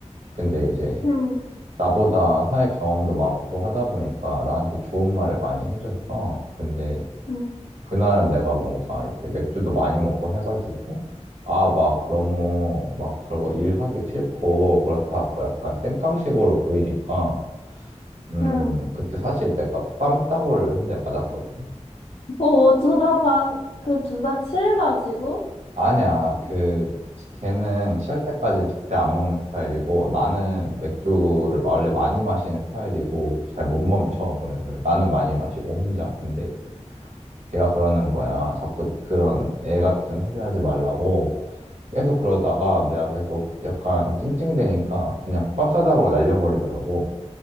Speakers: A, on the right; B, on the left.
A: 근데 이제
B: 응
A: 나보다 사회 경험도 많고 하다 보니까 나한테 좋은 말을 많이 해줬어. 근데
B: 음,
A: 그날은 내가 뭔가 이제 맥주도 많이 먹고 해가지고 아, 막 너무 막 그러고 일하기 싫고 그렇다고 약간 땡깡식으로 보이니까 음,
B: 응.
A: 그때 사실 내가 뺨따구를 한대 맞았거든.
B: 뭐 어쩌다가 그 둘 다 취해가지고?
A: 아니야, 그, 걔는 취할 때까지는 절대 안 먹는 스타일이고, 나는 맥주를 원래 많이 마시는 스타일이고, 잘 못 멈춰. 그래서 나는 많이 마시고, 혼자. 근데 이제 걔가 그러는 거야. 자꾸 그런 애 같은 소리 하지 말라고. 계속 그러다가 내가 계속 약간 찡찡대니까 그냥 뺨싸다구로 날려버리더라고.